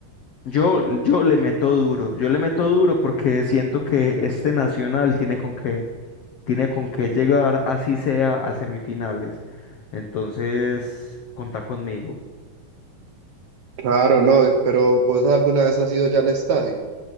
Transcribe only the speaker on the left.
Yo, yo le meto duro, yo le meto duro porque siento que este Nacional tiene con qué, tiene con qué llegar, así sea, a semifinales. Entonces, contá conmigo.